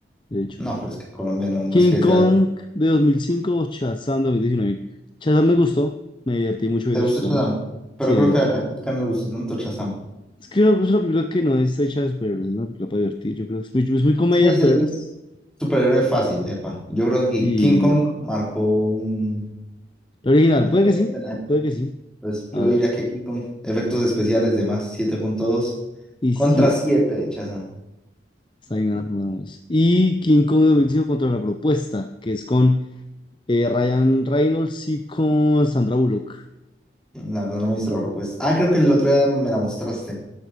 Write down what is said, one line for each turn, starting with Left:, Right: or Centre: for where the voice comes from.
Left: de hecho.
Centre: No, pero es que Colombia no, no
Left: King
Centre: es que
Left: Kong
Centre: sea...
Left: de 2005 o Shazam 2019. Shazam me gustó. Me divertí mucho viendo
Centre: ¿Te gustó
Left: Shazam.
Centre: Shazam? Pero
Left: Sí,
Centre: creo
Left: divertir.
Centre: que a la crítica no le gustó tanto Shazam.
Left: Es que es una película que no está hecha de superhéroes, es una película para divertir. Yo creo que es muy, es muy comedia
Centre: Sí, es,
Left: de superhéroes.
Centre: es un superhéroe fácil, epa. Yo creo que
Left: Y
Centre: King Kong marcó un...
Left: la original,
Centre: algo
Left: puede que
Centre: muy
Left: sí,
Centre: fuerte en la época.
Left: puede que sí.
Centre: Pues
Left: A
Centre: yo
Left: ver.
Centre: diría que King Kong, efectos especiales de más, siete punto dos,
Left: Y
Centre: contra
Left: siete.
Centre: 7 de Shazam.
Left: Está bien, ahora jugamos. Y King Kong 2005 contra la propuesta, que es con eh, Ryan Reynolds y con Sandra Bullock.
Centre: La verdad no me he visto la propuesta. Ah, creo que el otro día me la mostraste.